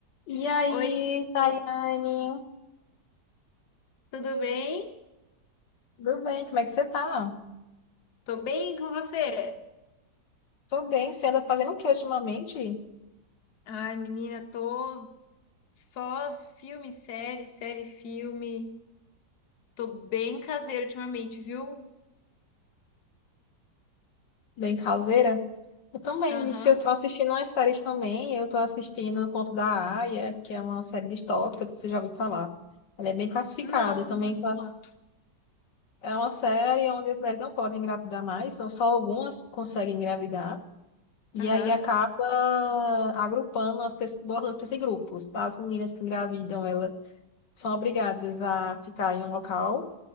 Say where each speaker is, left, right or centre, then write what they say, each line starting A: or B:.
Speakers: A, on the left; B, on the left.
A: E aí,
B: Oi,
A: Tayane?
B: tudo bem?
A: Tudo bem? Como é que você tá?
B: Tô bem com você?
A: Tô bem. Você anda fazendo o que ultimamente?
B: Ai, menina, tô só filme, série, série, filme. Tô bem caseiro ultimamente, viu?
A: Bem caseira? Eu também,
B: Aham.
A: Vici. Eu tô assistindo umas séries também. Eu tô assistindo O Conto da Aia, que é uma série distópica que você já ouviu falar. Ela é bem classificada.
B: Não,
A: Eu também
B: não conheço
A: tô...
B: falar.
A: É uma série onde as mulheres não podem engravidar mais, são só algumas que conseguem engravidar. E
B: Aham.
A: aí acaba agrupando as pessoas, botando as pessoas em grupos. As meninas que engravidam, elas são obrigadas a ficar em um local